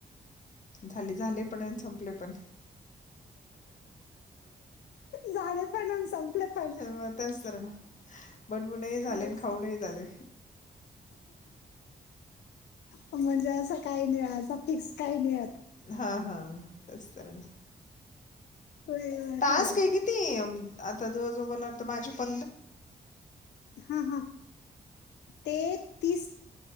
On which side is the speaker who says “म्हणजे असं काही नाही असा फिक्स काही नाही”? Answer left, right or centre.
Left